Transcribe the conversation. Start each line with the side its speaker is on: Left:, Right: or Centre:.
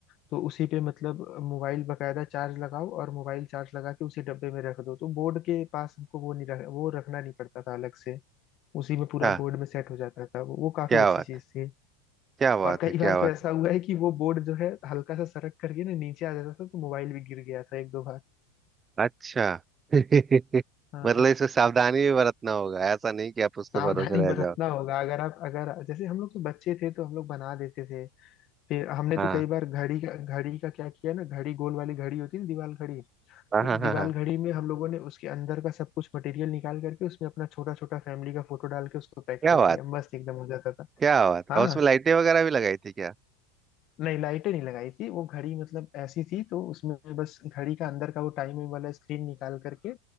Left: तो उसी पे मतलब मोबाइल बकायदा चार्ज लगाओ और मोबाइल चार्ज लगा के उसी डब्बे में रख दो तो बोर्ड के पास हमको वो नहीं रख, वो रखना नहीं पड़ता था अलग से उसी में पूरा
Right: हाँ
Left: बोर्ड में सेट हो जाता था वो, वो काफी
Right: क्या
Left: अच्छी
Right: बात
Left: चीज
Right: है
Left: थी
Right: क्या बात
Left: और कई
Right: है क्या
Left: बार
Right: बात
Left: तो ऐसा हुआ है कि वो बोर्ड जो है हल्का सा सरक करके ना नीचे आ जाता था तो मोबाइल भी गिर गया था एक दो बार
Right: है अच्छा <laughs>
Left: हाँ
Right: मतलब इसमें सावधानी भी बरतना होगा ऐसा नहीं कि आप उसके
Left: सावधानी
Right: भरोसे रह
Left: बरतना
Right: जाओ
Left: होगा अगर आप अगर जैसे हम लोग तो बच्चे थे तो हम लोग बना देते थे फिर हमने
Right: हाँ
Left: तो कई बार घड़ी का घड़ी का क्या किया ना घड़ी गोल वाली घड़ी होती है ना दीवाल घड़ी
Right: हाँ
Left: तो
Right: हाँ हाँ
Left: दीवाल
Right: हाँ
Left: घड़ी में हम लोगों ने उसके अंदर का सब कुछ मटेरियल निकाल करके उसमें अपना छोटा छोटा फैमिली का फोटो डाल के उसको पैक
Right: क्या
Left: कर
Right: बात
Left: दिया मस्त एकदम हो जाता था
Right: क्या बात
Left: हाँ
Right: और उसमें लाइटें वगैरह भी लगाई थी क्या
Left: नहीं लाइटें नहीं लगाई थी वो घड़ी मतलब ऐसी थी तो उसमें बस घड़ी का अंदर का वो टाइमिंग वाला स्क्रीन निकाल करके